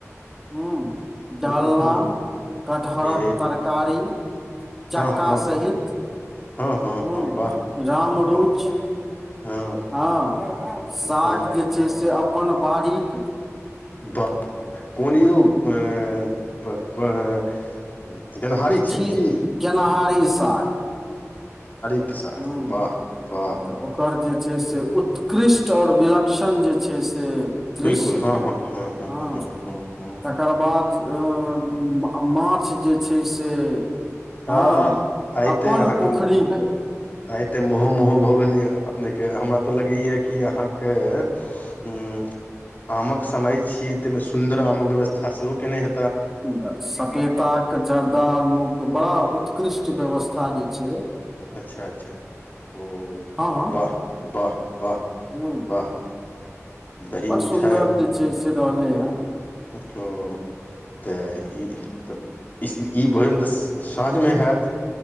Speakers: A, in the centre; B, on the left (about 35°).
A: ह डालना
B: हूँ हूँ
A: कटहरक
B: ए
A: तरकारी, चक्का
B: हँ हँ
A: सहित
B: हँ हँ
A: हु
B: हँ वाह
A: राम रुच।
B: हँ हँ
A: हाँ साग
B: हँ
A: जे छै से अप अपन बारीक
B: बा कुन यौ ए प प- गेनहारी
A: इ
B: छियनि
A: छीये
B: की
A: गेनहारी साग।
B: किसान
A: हूं
B: वाह वा
A: तऽ ओकर जे छै से उ उत्कृष्ट आओर विलक्षण जे छै से ते
B: बिलकुल
A: दृश्य
B: हँ हँ हँ हँ
A: ह
B: हँ हँ हँ
A: तकर बाद अ म अ माछ जे छै से
B: ह
A: हँ
B: आय
A: अपन
B: ते अहाके
A: पोखरिक
B: आय त मोहो- मोहो भऽ गेलैया अपनेके हमरा तऽ लगैया कि अहाँ के ऊं आमक समय छी ते मे सुन्दर आमक व्यवस्था सेहो केने हे
A: सुन्दर सपेता क जरदाल लु के बड़ा उत्कृष्ट व्यवस्था जे छै।
B: अच्छा- अच्छा ओ।
A: ह ह
B: वाह वाह वाह
A: हुं
B: वाह दही
A: बड़
B: मिठाइ
A: सुन्दर जे छै से रहलै है।
B: <unintelligible> ओ तऽ इ तऽ इ भोजन तऽ साँझमे हात